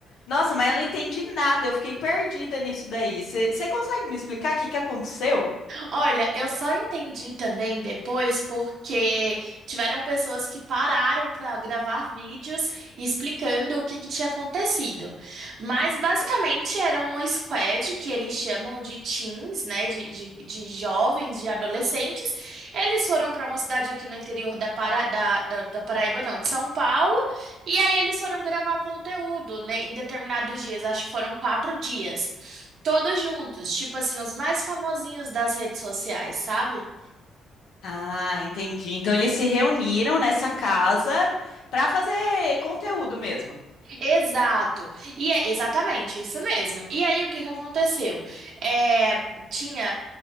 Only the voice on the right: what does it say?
Olha, eu só entendi também depois porque tiveram pessoas que pararam para gravar vídeos explicando o que que tinha acontecido. Mas basicamente era uma squad que eles chamam de teens, né? De, de, de jovens, de adolescentes. Eles foram para uma cidade aqui no interior da, Para, da, da, da Paraíba, não, de São Paulo. E aí eles foram gravar conteúdo, né, em determinados dias. Acho que foram quatro dias. Todos juntos, tipo assim, os mais famosinhos das redes sociais, sabe?
Exato. E é exatamente isso mesmo. E aí o que que aconteceu? É, tinha